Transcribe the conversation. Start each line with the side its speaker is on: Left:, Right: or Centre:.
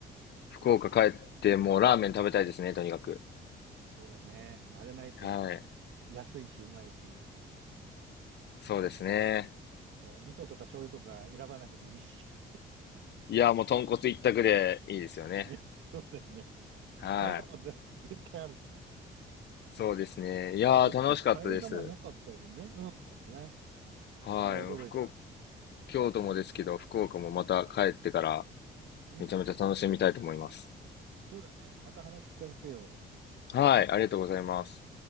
Left: 福岡帰って、もうラーメン食べたいですね、とにかく。
Right: そうだね。もうあれないと、
Left: はい。
Right: 安いし、うまいし。
Left: そうですね。
Right: そう、味噌とか醤油とか選ばなくていいし。
Left: いや、もう豚骨一択でいいですよね。
Right: ね。<laughs> そうだよね。
Left: はい。
Right: 替え玉で <laughs> 絶対あるしね。
Left: そうですね。いやー、
Right: こっち替え玉なかったですね。
Left: 楽しかったです。
Right: うん、そうだね。
Left: はい。
Right: いや、驚いた。
Left: 福岡、京都もですけど、福岡もまた帰ってから
Right: うん。
Left: めちゃめちゃ楽しみたいと思います。
Right: そうだね。また話聞かせてよ。
Left: はい。ありがとうございます。